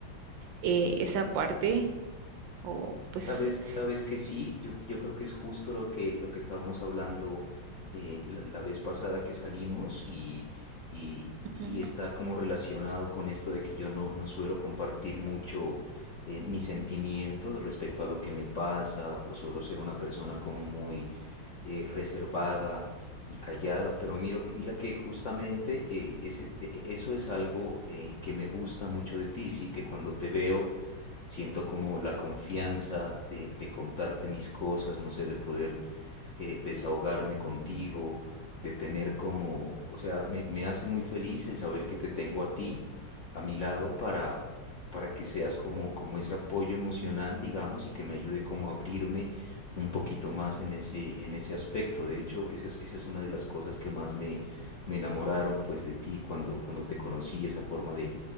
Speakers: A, on the right; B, on the left.
A: eh, esa parte. O pues,
B: Sabes, sabes que sí, yo, yo creo que es justo lo que, lo que estábamos hablando eh, la, la vez pasada que salimos y, y,
A: ujú.
B: y está como relacionado con esto de que yo no, no suelo compartir mucho eh, mis sentimientos respecto a lo que me pasa o suelo ser una persona como muy eh, reservada y callada, pero miro, mira que justamente eh, ese, e- e- eso es algo eh, que me gusta mucho de ti, sí, que cuando te veo Siento como la confianza de, de contarte mis cosas, no sé, de poder eh, desahogarme contigo, de tener como, o sea, me, me hace muy feliz el saber que te tengo a ti, a mi lado, para, para que seas como, como ese apoyo emocional, digamos, y que me ayude como a abrirme un poquito más en ese, en ese aspecto. De hecho, esa es, esa es una de las cosas que más me, me enamoraron pues de ti cuando, cuando te conocí, esa forma de,